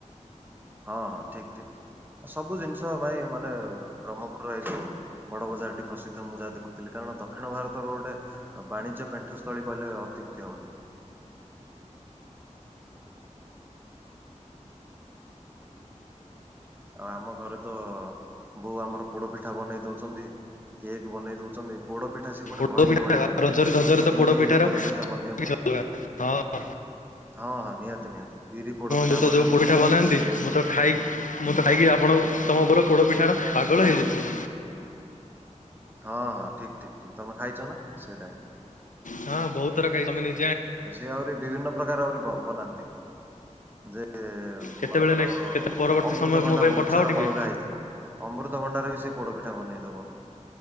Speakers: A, on the right; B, on the left.
A: ହଁ ହଁ ଠିକ୍ ଠିକ୍ ସବୁ ଜିନିଷ ପାଇଁ ମାନେ ବ୍ରହ୍ମପୁରରେ ଏଇ ଯୋଉ ବଡ ବଜାରଟି ପ୍ରସିଦ୍ଧ। ମୁଁ ଯାହା ଦେଖୁଥିଲି କାରଣ ଦକ୍ଷିଣ ଭାରତର ଗୋଟେ ଆ ବାଣିଜ୍ୟ ପେଣ୍ଠସ୍ଥଳୀ କହିଲେ ଅତ୍ୟୁକ୍ତି ହବନି। ଆ ଆମ ଘରେ ତ ବୋଉ ଆମର ପୋଡ ପିଠା ବନେଇ ଦୋଉଚନ୍ତି। କେକ ବନେଇ ଦୋଉଚନ୍ତି। ପୋଡ ପିଠା ସେ ଫୁଣି
B: ପୋଡ
A: ଭଳିକି
B: ପିଠା
A: ଭଳି ବନେଇବ
B: ରଜରେ ରଜରେ ତ
A: ବିରି
B: ପିଠାର
A: ପୋଡ ପିଠା ବନେଇବ
B: କିଛି ଅଲଗା ହଁ ଅଂ।
A: ହଁ ହଁ ନିହାତି ନିହାତି ବିରି ପୋଡପିଠା
B: ମୁଁ ତ
A: ବନେଇବ
B: ଯୋଉ ପୋଡ ପିଠା ବନାନ୍ତି
A: ସିଏ
B: ମୁଁ ତ ଖାଇ ମୁଁ ତ ଖାଇକି। ଆପଣ ତମ ପର ପୋଡ ପିଠାର ପାଗଳ ହେଇଯାଇଚି।
A: ହଁ ହଁ ଠିକ୍ ଠିକ୍ ଠିକ୍ ତମେ ଖାଇଚ ନା ସେଇଟା ହିଁ।
B: ହଁ ବୋହୁତ ଥର ଖାଇଚି ତମେ ନେଇ
A: ସିଏ ଆହୁରି ବିଭିନ୍ନ ପ୍ରକାର ଆହୁରି ବ-ବନାନ୍ତି। ଯେ
B: କେତେବେଳେ
A: ମନେକର
B: ନେକ୍ସଟ କେତେ ପରବର୍ତ୍ତୀ
A: ଅମୃତଭଣ୍ଡା
B: ସମୟ ମୋ ପାଇଁ
A: ବୋହୁତ
B: ପଠାଅ
A: ସାରା
B: ଟିକେ
A: ବଳକା ହେଇଥିବ। ଅମୃତଭଣ୍ଡାରେ ବି ସିଏ ପୋଡପିଠା ବନେଇଦବ।